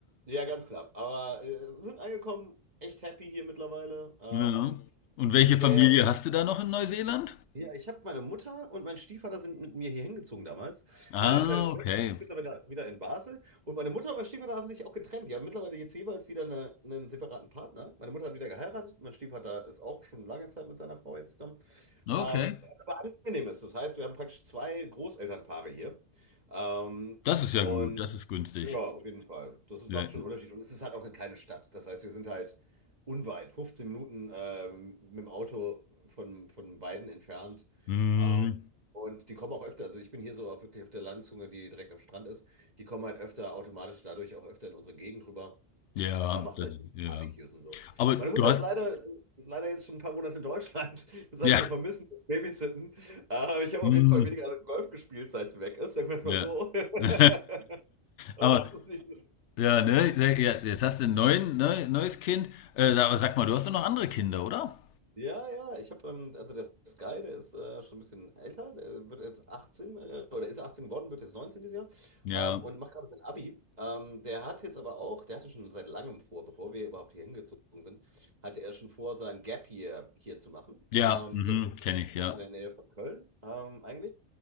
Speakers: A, on the right; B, on the left.
A: ja, ganz knapp. Aber äh, sind angekommen, echt happy hier mittlerweile. Ähm,
B: Ja. Und welche
A: nee,
B: Familie
A: und
B: hast du da noch in Neuseeland?
A: ja, ich habe meine Mutter und mein Stiefvater sind mit mir hier hingezogen damals.
B: Ah,
A: Meine kleine Schwester
B: okay.
A: die ist mittlerweile wieder in Basel. Und meine Mutter und mein Stiefvater haben sich auch getrennt. Die haben mittlerweile jetzt jeweils wieder eine, einen separaten Partner. Meine Mutter hat wieder geheiratet. Mein Stiefvater ist auch schon lange Zeit mit seiner Frau jetzt zusammen.
B: Okay.
A: Ähm, was aber angenehm ist. Das heißt, wir haben praktisch zwei Großelternpaare hier. Ähm,
B: Das ist ja
A: und
B: gut, das ist günstig.
A: ja, auf jeden Fall. Das ist-
B: Ja,
A: macht schon einen Unterschied. Und es ist halt auch eine kleine Stadt. Das heißt, wir sind halt unweit, 15 Minuten ähm, mit dem Auto von, von beiden entfernt.
B: hm,
A: Ähm, und die kommen auch öfter, also ich bin hier so auf, wirklich auf der Landzunge, die direkt am Strand ist. Die kommen halt öfter automatisch dadurch auch öfter in unsere Gegend rüber.
B: ja,
A: Man macht
B: das
A: halt
B: ist, ja.
A: Barbecues und so.
B: Aber
A: Meine
B: du
A: Mutter
B: hast,
A: ist leider, leider jetzt schon ein paar Monate in Deutschland. Das
B: ja,
A: heißt, wir vermissen das Babysitten. Äh, ich habe
B: hm,
A: auf jeden Fall weniger also Golf gespielt, seit sie weg ist. Sagen wir es
B: ja.
A: mal so. <laughs>
B: <laughs>
A: Aber
B: Aber
A: es ist nicht. so
B: Ja, ne? Ja, ja, Jetzt hast du ein neuen, ne, neues Kind. Äh, sag- aber sag mal, du hast doch noch andere Kinder, oder?
A: ja, ja, ich habe, ähm, also der Sky, der ist äh, schon ein bisschen älter, der wird jetzt 18, äh, oder ist 18 geworden, wird jetzt 19 dieses Jahr
B: Ja.
A: ähm, und macht gerade sein Abi. Ähm, der hat jetzt aber auch, der hatte schon seit langem vor, bevor wir überhaupt hier hingezogen sind, hatte er schon vor, sein Gap Year hier zu machen.
B: Ja,
A: Ähm,
B: mhm,
A: der, wohnt-
B: kenne ich,
A: der
B: ja.
A: wohnt in der Nähe von Köln ähm, eigentlich,